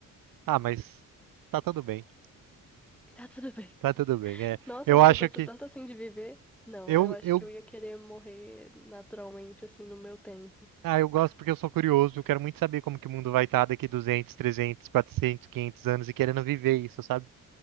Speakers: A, on the right; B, in the centre.
A: Ah, mas tá tudo bem.
B: <laughs> Tá tudo bem.
A: Tá tudo bem. É,
B: Nossa,
A: eu
B: você
A: acho
B: gosta
A: que
B: tanto assim de viver? Não,
A: eu
B: eu acho
A: eu
B: que eu ia querer morrer naturalmente, assim, no meu tempo.
A: ah, eu gosto porque eu sou curioso, eu quero muito saber como que o mundo vai estar daqui 200, 300, 400, 500 anos e querendo viver isso, sabe?